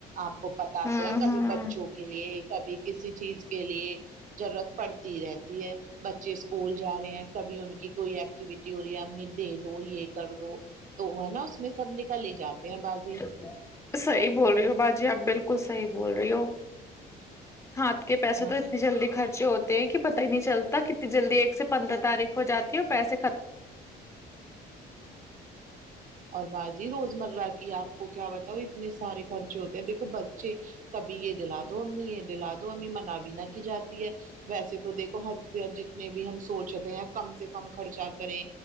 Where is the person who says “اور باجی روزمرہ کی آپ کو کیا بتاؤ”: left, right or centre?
Right